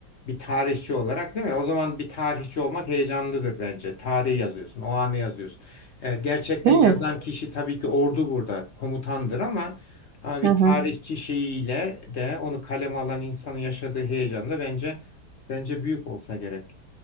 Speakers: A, on the left; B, on the right.
A: bir tarihçi olarak değil mi? O zaman bir tarihçi olmak heyecanlıdır bence. Tarihi yazıyorsun, o anı yazıyorsun. Ee, gerçekten
B: Evet.
A: yazan kişi tabii ki ordu burada komutandır ama, ama
B: Hı
A: bir
B: hı.
A: tarihçi şeyiyle de onu kaleme alan insanın yaşadığı heyecan da bence bence büyük olsa gerek.